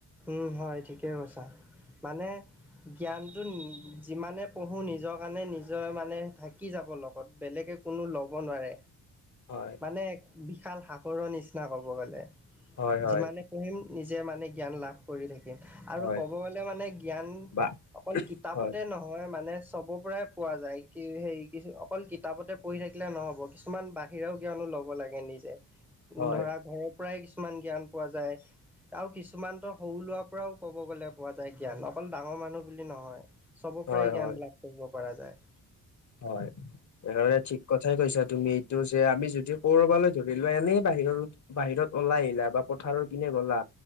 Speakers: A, in the centre; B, on the left.
A: উম হয় ঠিকেই কৈছা মানে জ্ঞানটো নি যিমানে পঢ়োঁ নিজৰ কাৰণে নিজে মানে থা কি যাব লগত বেলেগে কোনো ল'ব নোৱাৰে
B: হয়
A: মানে বিশাল সাগৰৰ নিচিনা ক'ব গলে
B: হয় হয়
A: যিমানে পঢ়িম নিজে মানে জ্ঞান লাভ কৰি থাকিম আৰু
B: হয়
A: ক'ব গলে মানে জ্ঞান
B: বা
A: অকল কিতাপতে
B: হয়
A: নহয় মানে চবৰ পৰাই পোৱা যায় কি সেই কিছু অকল কিতাপতে পঢ়ি থাকিলে নহ'ব কিছুমান বাহিৰাও জ্ঞানো ল'ব লাগে নিজে
B: হয়
A: ধৰা ঘৰৰ পৰাই কিছুমান জ্ঞান পোৱা যায় আৰু কিছুমানতো সৰু ল'ৰা পৰাও ক'ব গলে পোৱা যায় জ্ঞান অকল ডাঙৰ মানুহ বুলি নহয় চবৰ
B: হয়
A: পৰাই জ্ঞান
B: হয়
A: লাভ কৰিব পৰা যায়
B: হয় তেনেহলে ঠিক কথাই কৈছা তুমি এইটো যে আমি যদি কৰোবালৈ ধৰি লোৱা এনেই বাহিৰ বাহিৰত ওলাই আহিলা বা পথাৰৰ কিনে গ'লা